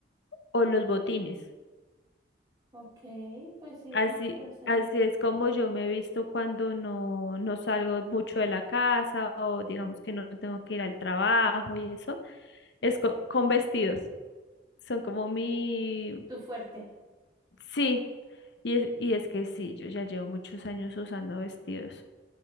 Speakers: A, on the left; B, on the right.
A: o los botines.
B: Ok, pues sí,
A: Así,
B: me parece
A: así
B: bien.
A: es como yo me he visto cuando no, no salgo mucho de la casa o digamos que no tengo que ir al trabajo y eso. Es co- con, vestidos. Son como mi...
B: Tu fuerte.
A: Sí, y es, y es que sí, yo ya llevo muchos años usando vestidos.